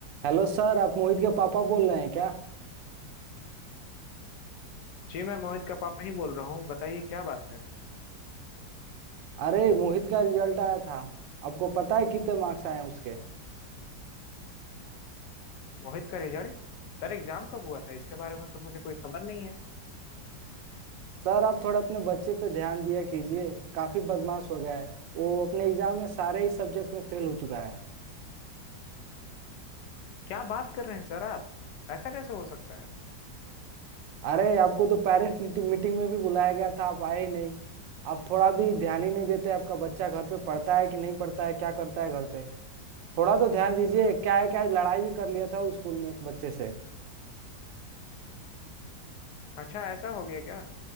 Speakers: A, on the right; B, on the left.
A: Hello sir आप मोहित के पापा बोल रहे हैं क्या
B: जी मैं मोहित का पापा ही बोल रहा हूँ बताइए क्या बात है
A: अरे मोहित का रिजल्ट आया था आपको पता है कितने मार्क्स आए हैं उसके
B: मोहित का रिजल्ट सर एग्जाम कब हुआ था इसके बारे में तो मुझे कोई खबर नहीं है
A: सर आप थोड़ा अपने बच्चे पे ध्यान दिया कीजिए काफी बदमाश हो गया है वो अपने एग्जाम में सारे ही सब्जेक्ट में फेल हो चुका है
B: क्या बात कर रहे हैं सर आप ऐसा कैसे हो सकता है
A: अरे आपको तो पेरेंट्स मीटिंग में भी बुलाया गया था आप आए ही नहीं आप थोड़ा भी ध्यान ही नहीं देते आपका बच्चा घर पे पढ़ता है कि नहीं पढ़ता है क्या करता है घर पे थोड़ा तो ध्यान दीजिए क्या है क्या है, लड़ाई भी कर लिया था वो स्कूल में एक बच्चे से
B: अच्छा ऐसा हो गया क्या